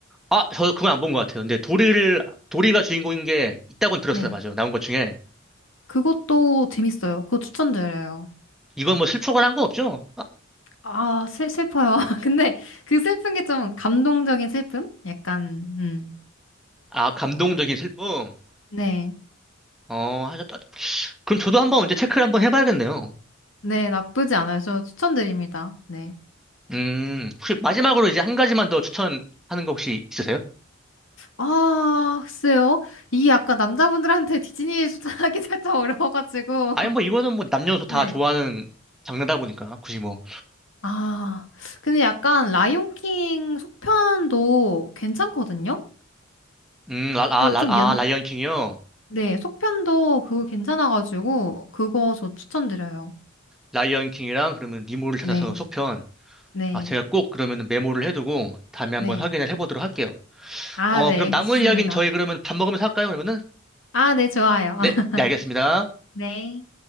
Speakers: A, in the centre; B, on the left.
A: 아 저 그건 안 본 것 같아요. 근데 도리를 도리가 주인공인 게 있다고는 들었어요.
B: 네
A: 맞아요. 나온 것 중에
B: 그것도 재밌어요. 그거 추천드려요.
A: 이건 뭐 슬프거나 한 거 없죠?
B: 아 슬, 슬퍼요. <laughs> 근데 그 슬픈 게 좀 감동적인 슬픔? 약간 음.
A: 아 감동적인 슬픔.
B: 네.
A: 어 하셨다. 그럼 저도 한번 언제 체크를 한번 해봐야겠네요.
B: 네 나쁘지 않아요. 저 추천드립니다. 네.
A: 음 혹시 마지막으로 이제 한 가지만 더 추천하는 거 혹시 있으세요?
B: 아, 글쎄요. 이게 약간 남자분들한테 디즈니 추천하기 <laughs> 살짝 어려워가지고.
A: 아니 뭐 이거는 뭐 남녀노소 다
B: 네.
A: 좋아하는 장르다 보니까 굳이 뭐
B: 아, 근데 약간 라이온킹 속편도 괜찮거든요?
A: 음, 라, 아,
B: 또
A: 라,
B: 좀
A: 아,
B: 연,
A: 라이언 킹이요?
B: 네, 속편도 그거 괜찮아가지고, 그거 저 추천드려요.
A: 라이언 킹이랑 그러면 니모를 찾아서
B: 네,
A: 속편.
B: 네,
A: 아, 제가 꼭 그러면 메모를 해두고 다음에 한번
B: 네.
A: 확인을 해보도록 할게요.
B: 아,
A: 어,
B: 네,
A: 그럼 남은
B: <laughs> 좋습니다.
A: 이야기는 저희 그러면 밥 먹으면서 할까요, 그러면은?
B: 아, 네, 좋아요.
A: 네,
B: <laughs>
A: 네, 알겠습니다.
B: 네.